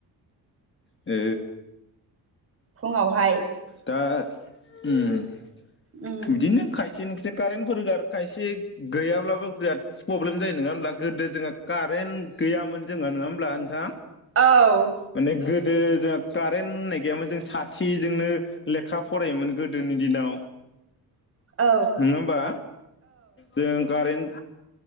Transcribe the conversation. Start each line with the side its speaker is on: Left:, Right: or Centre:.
Left: ओ।
Right: फुङावहाय
Left: दा उम।
Right: उम
Left: बिदिनो खायसेनि खसे कारेन्ट फोरगार खायसे गैयाब्लाबो बिराद प्रब्लेम जायो नङा होमब्ला गोदो जोंहा कारेन्ट गैयामोन जोंहा नङा होमब्ला नोंथां?
Right: औ।
Left: माने गोदो जोंहा कारेन्ट होननाय गैयामोन जों साथिजोंनो लेखा फरायोमोन गोदोनि दिनाव।
Right: औ
Left: नङा होमबा जों कारेन्ट